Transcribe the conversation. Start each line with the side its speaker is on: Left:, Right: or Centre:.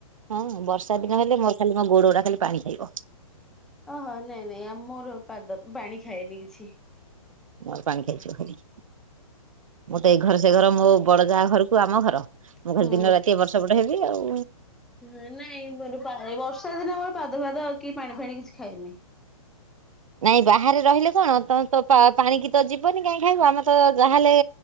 Right: ହଁ ବର୍ଷା ଦିନ ହେଲେ ମୋର ଖାଲି ମୋ ଗୋଡ଼ ଉରା ଖାଲି ପାଣି ଖାଇବ।
Centre: ଓହୋ ନାଇଁ ନାଇଁ ଆ ମୋର ପାଦ ପାଣି ଖାଏନି କିଛି।
Right: ମୋର ପାଣି ଖାଇଯିବ ଖାଲି। ମତେ ଏଇ ଘର ସେ ଘର ମୋ ବଡ଼ ଯାଆ ଘରୁକୁୁ ଆମ ଘର। ମୁଁ
Centre: ହୁଁ
Right: ଖାଲି ଦିନ ରାତି ଏ ପଟ ସେ ପଟ ହେବି ଆଉ।
Centre: ହୁଁ ନାଇଁ ମୋର ପା ଏଇ ବର୍ଷା ଦିନେ ମୋର ପାଦ ଫାଦ କି ପାଣି ଫାଣି କିଛି ଖାଏନି।
Right: ନାଇଁ ବାହାରେ ରହିଲେ କଣ ତମେ ତ ପା ପାଣିକି ତ ଯିବନି କାଇଁ ଖାଇବ ଆମେ ତ ଯାହେଲେ